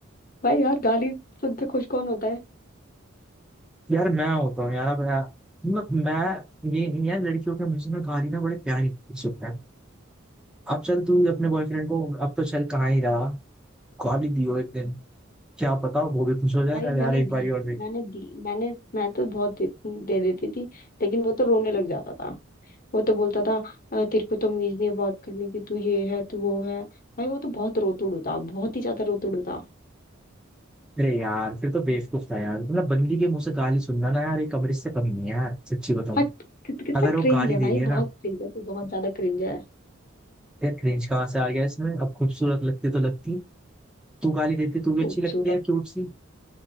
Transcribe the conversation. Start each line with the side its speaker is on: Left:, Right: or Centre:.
Left: भाई यार गाली सुनते खुश कौन होता है
Centre: यार मैं होता हूँ यार अब यार मतलब मैं ये नहीं यार लड़कियों के मुझसे ना गाली ना बड़े प्यारी सुनते हैं अब चल तू अपने बॉयफ्रेंड को अब तो चल कहाँ ही रहा गाली दियो एक दिन क्या पता वो भी खुश हो जाए
Left: भाई मैंने
Centre: यार एक
Left: दी
Centre: बारी
Left: है
Centre: और
Left: मैंने दी मैंने मैं तो बहुत दे, दे देती थी लेकिन वो तो रोने लग जाता था वो तो बोलता था "अ, तेरे को तमीज नहीं है बात करने की तू ये है तू वो है भाई वो तो बहुत रोतुड़ था बहुत ही ज्यादा रोतुड़ था
Centre: अरे यार फिर तो बेवकूफ था यार मतलब बंदी के मुंह से गाली सुनना ना यार एक अमृत से कम नहीं है यार सच्ची बताऊं
Left: हाँ कित- कितना
Centre: अगर वो
Left: क्रिंज
Centre: गाली
Left: है
Centre: दे
Left: भाई
Centre: रही है ना
Left: बहुत क्रिंज है तो बहुत ज्यादा क्रिंज है
Centre: यार क्रिंज कहाँ से आ गया इसमें अब खूबसूरत लगती तो लगती तू गाली देती तू भी
Left: खूबसूरत
Centre: अच्छी लगती है क्यूट सी